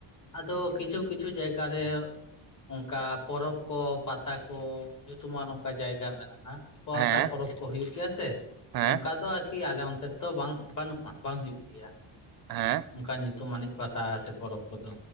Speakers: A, on the left; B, on the right.
A: ᱟᱫᱚ ᱠᱤᱪᱷᱩ ᱠᱤᱪᱷᱩ ᱡᱟᱭᱜᱟ ᱨᱮ ᱚᱱᱠᱟ ᱯᱚᱨᱚᱵᱽ ᱠᱚ ᱯᱟᱛᱟ ᱠᱚ ᱧᱩᱛᱩᱢᱟᱱ ᱚᱝᱠᱟ ᱡᱟᱭᱜᱟ ᱢᱮᱱᱟᱜᱼᱟ, ᱯᱟᱛᱟ
B: ᱦᱮᱸ
A: ᱯᱚᱨᱚᱵᱽ ᱠᱚ ᱦᱩᱭᱩᱜ ᱜᱮᱭᱟ ᱥᱮ
B: ᱦᱮᱸ
A: ᱚᱱᱠᱟ ᱫᱚ ᱟᱨᱠᱤ ᱟᱞᱮ ᱚᱱᱛᱮ ᱛᱚ ᱵᱟᱝ ᱵᱟᱹᱱᱩᱜᱼᱟ ᱵᱟᱝ ᱦᱩᱭᱩᱜ ᱜᱮᱭᱟ ᱾
B: ᱦᱮᱸ ᱾
A: ᱚᱱᱠᱟᱱ ᱧᱩᱛᱩᱢ ᱟᱱᱤᱡ ᱯᱟᱛᱟ ᱥᱮ ᱯᱚᱨᱚᱵᱽ ᱠᱚᱫᱚ